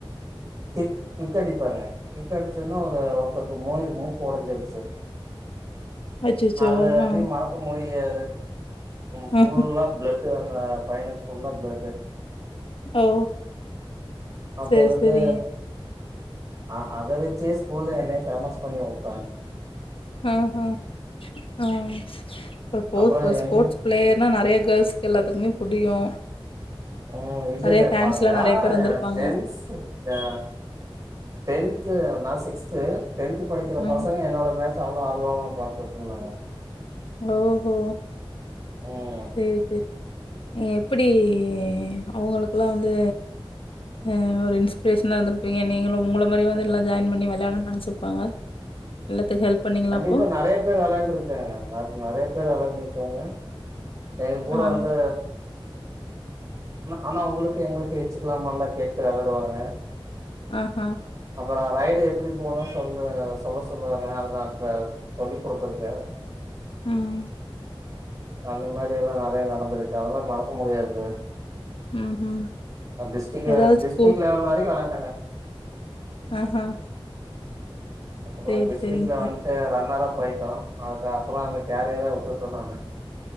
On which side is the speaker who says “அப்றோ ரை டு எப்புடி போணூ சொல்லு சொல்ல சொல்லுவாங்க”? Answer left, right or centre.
Right